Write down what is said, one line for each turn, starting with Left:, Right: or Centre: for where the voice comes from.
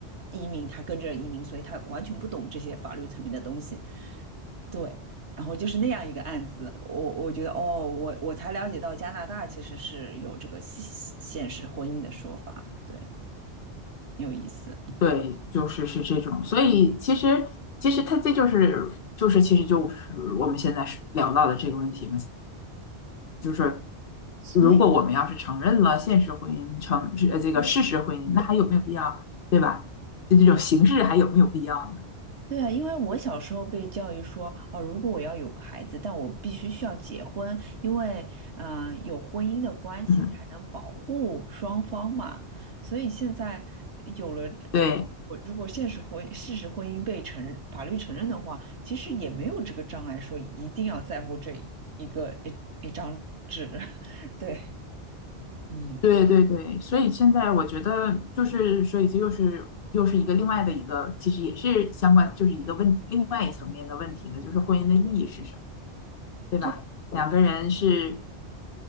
Right: 移民，她跟着移民，所以她完全不懂这些法律层面的东西。对，然后就是那样一个案子，我我觉得哦，我我才了解到加拿大其实是有这个现现实婚姻的说法，对，有意思。
Left: 对，就是是这种。所以其实其实他这就是就是其实就是我们现在是聊到的这个问题嘛。就是
Right: 所以，
Left: 如果我们要是承认了现实婚姻，承呃这个事实婚姻，那还有没有必要，对吧？就这种形式还有没有必要呢？
Right: 对啊，因为我小时候被教育说，哦，如果我要有个孩子，但我必须需要结婚，因为，嗯、有婚姻的关系才能保护双方嘛。
Left: 嗯，
Right: 所以现在有了这，
Left: 对
Right: 我如果现实婚事实婚姻被承认法律承认的话，其实也没有这个障碍，说一定要在乎这一个一一张纸。<laughs> 对，嗯，
Left: 对对对，所以现在我觉得就是，所以这又是又是一个另外的一个，其实也是相关，就是一个问另外一层面的问题呢，就是婚姻的意义是什么，对吧？
Right: 对，
Left: 两个人是